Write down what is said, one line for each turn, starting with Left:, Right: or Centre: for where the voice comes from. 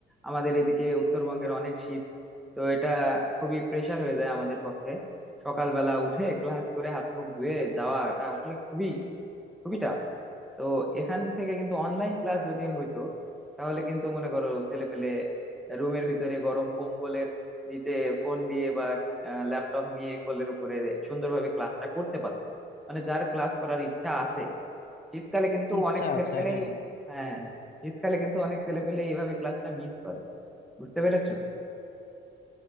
Centre: আমাদের এদিকে উত্তরবঙ্গের অনেক শীত তো এটা খুবই প্রেসার হয়ে যায় আমাদের পক্ষে সকালবেলা উঠে ক্লাস করে হাত মুখ ধুয়ে যাওয়াটা আসলে খুবই খুবই tough। তো এখান থেকে কিন্তু অনলাইন ক্লাস যদি হইতো তাহলে কিন্তু মনে করো ছেলে পেলে রুমের ভিতরে গরম কম্বলের নিচে ফোন দিয়ে বা ল্যাপটপ নিয়ে কোলের উপরে সুন্দরভাবে ক্লাসটা করতে পারতো মানে যার ক্লাস করার ইচ্ছা আছে শীতকালে কিন্তু
Left: ইচ্ছা
Centre: অনেক ছেলে
Left: আছে
Centre: পেলে
Left: হ্যাঁ
Centre: হ্যাঁ শীতকালে কিন্তু অনেক ছেলে পেলে এইভাবে ক্লাসটা মিস করে বুঝতে পেরেছো